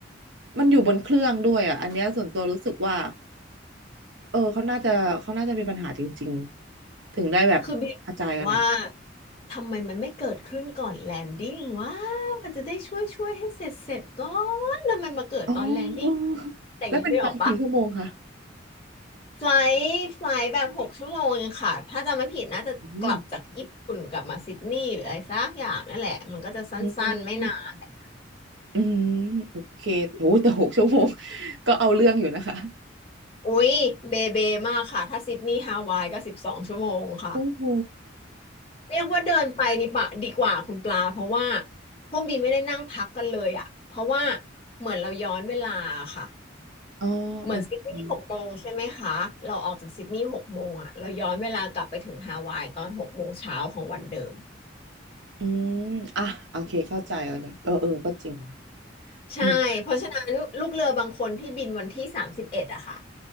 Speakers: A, on the right; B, on the left.
A: มันอยู่บนเครื่องด้วยอ่ะอันเนี้ยส่วนตัวรู้สึกว่าเออเขาน่าจะเขาน่าจะมีปัญหาจริงๆถึงได้แบบกระจายขนาดนั้น
B: คือบีว่าทำไมมันไม่เกิดขึ้นก่อนแลนดิ้งว่าจะได้ช่วยช่วยให้เสร็จเสร็จก่อนทำไมมาเกิดตอนแลนดิ้ง
A: อ๋อเออ
B: แต่ยังได้ออกปะ
A: แล้วเป็นไฟกี่ชั่วโมงคะ
B: ไฟลท์ไฟลท์แบบหกชั่วโมงงค่ะถ้าจำไม่ผิดน่าจะกลับจากญี่ปุ่นกลับมาซิดนีย์หรืออะไรสักอย่างนั่นแหละมันก็จะสั้นๆไม่นาน
A: โอ้อืมอืมโอเคโอ้โหแต่หกชั่วโมงก็เอาเรื่องอยู่นะคะ
B: อุ๊ยเบเบมากค่ะถ้าซิดนีย์ฮาวายก็สิบสองชั่วโมงค่ะ
A: โอ้โห
B: เรียกว่าเดินไปดีปะดีกว่าคุณปลาเพราะว่าพวกบีไม่ได้นั่งพักกันเลยอ่ะเพราะว่าเหมือนเราย้อนเวลาค่ะ
A: อ๋อโอเค
B: เหมือนซิดนีย์หกโมงใช่ไหมคะเราออกจากซิดนีย์หกโมงอ่ะเราย้อนเวลากลับไปถึงฮาวายตอนหกโมงเช้าของวันเดิม
A: อืมอ่ะโอเคเข้าใจแล้วนะเออเออก็จริง
B: ใช่เพราะฉะนั้นลูกเรือบางคนที่บินวันที่สามสิบเอ็ดอะค่ะ
A: อืม